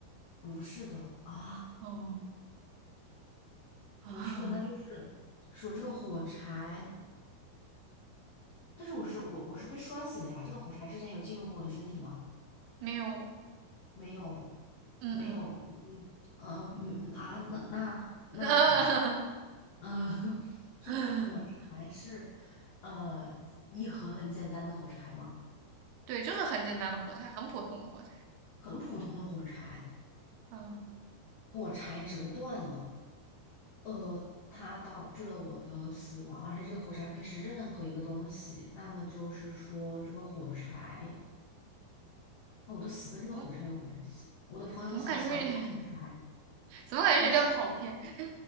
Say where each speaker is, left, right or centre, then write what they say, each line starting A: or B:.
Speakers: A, on the left (about 75°); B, on the right (about 80°).
A: 不是的啊，
B: 哦，<laughs> 啊，
A: 不是的，那就是说这个火柴，但是我是我我是被摔死的呀。这个火柴之前有进入过我的身体吗？
B: 没有，
A: 没有，
B: 嗯
A: 没有，嗯嗯嗯嗯啊，那那那，
B: 嗯，
A: 嗯，<laughs> 这个火
B: <laughs>
A: 是呃一盒很简单的火柴嘛，
B: 对，就是很简单的火柴，很普通的火柴。
A: 很普通的火柴，
B: 嗯，
A: 火柴折断了。呃，它导致了我的死亡，而且这个火柴可以是任何一个东西。那么就是说，这个火柴，我的死跟这个火柴有关系。
B: 怎么
A: 我的朋友想抢这个火柴，
B: 怎么感觉有点 <laughs> 怎么感觉有点跑偏？
A: 但是
B: <laughs>